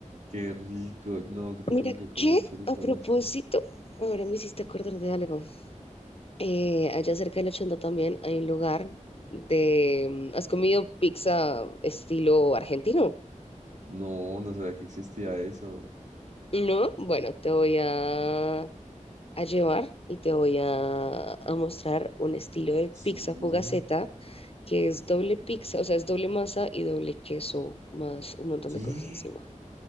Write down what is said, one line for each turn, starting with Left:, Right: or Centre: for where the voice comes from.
Right: Qué rico. No, creo
Left: Mira,
Right: que nunca he comido
Left: ¿qué?
Right: choripán
Left: A propósito,
Right: así.
Left: ahora me hiciste acordar de algo. Eh, allá cerca del 80 también hay un lugar de... ¿Has comido pizza estilo argentino?
Right: No, no sabía que existía eso.
Left: No, bueno, te voy a, a llevar y te voy a, a mostrar un estilo de
Right: ¿Qué?
Left: pizza fugaceta que es doble pizza, o sea, es doble masa y doble queso, más un montón
Right: ¿Qué?
Left: de cosas encima.